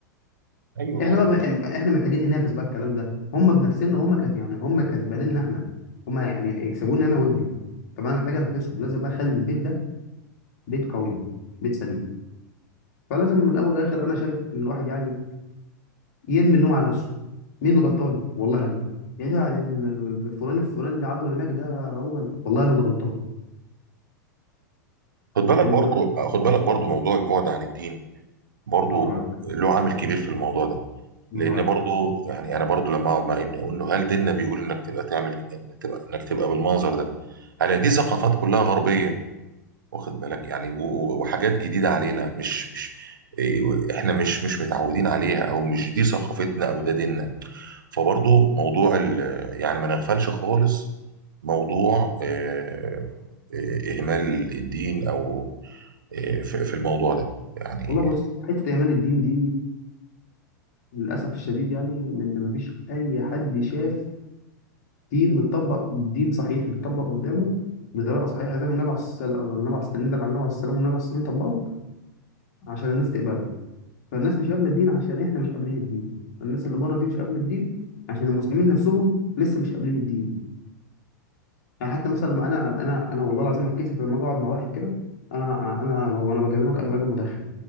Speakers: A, on the right (about 85°); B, on the left (about 60°).
A: ايوه
B: احنا
A: ايوه
B: بقى ب- احنا محتاجين ننافس بقى الكلام ده هم بنفسنا هم كز... يعني هم كسبانيننا احنا هم يعني يكسبوني انا وابني طب انا محتاج انافسهم لازم بقى اخلي البيت ده بيت قوي بيت سليم فلازم من الاول والاخر انا شايف ان الواحد يعني يرمي اللوم على نفسه مين الغلطان والله انا يا ده يعني ال- فلان الفلان اللي عمله هناك ده هو ال- والله انا الغلطان
A: خد بالك
B: الولد
A: برضو خد بالك برضو موضوع البعد عن الدين برضو
B: الله ينور عليك
A: له عامل كبير في الموضوع ده
B: الله
A: لان
B: ينور عليك
A: برضو يعني انا برضو لما اقعد مع ابني اقول له هل ديننا بيقول انك تبقى تعمل تبقى انك تبقى بالمنظر ده انا دي ثقافات كلها غربيه واخد بالك يعني و... و- وحاجات جديده علينا مش مش إيه، احنا مش مش متعودين عليها او مش دي ثقافتنا او ده ديننا فبرضه موضوع ال يعني ما نغفلش خالص موضوع آه، آه، إهمال الدين أو آه، في في الموضوع ده يعني
B: والله بص حته ايمان الدين دي للاسف الشديد يعني ان مفيش اي حد شاف دين متطبق دين صحيح متطبق قدامه بطريقه صحيحه زي ما النبي عليه الصلاه النبي عليه الصلاه نزل على النبي عليه السلام والنبي عليه السلام طبقه عشان الناس تقبله فالناس مش قابله الدين عشان احنا مش قابلين الدين الناس اللي بره دي مش قابله الدين عشان المسلمين نفسهم لسه مش قابلين الدين يعني حتى مثلا لما انا انا انا والله العظيم ما اتكسف لما اجي اقعد مع واحد كده انا انا وانا بكلمك انا راجل مدخن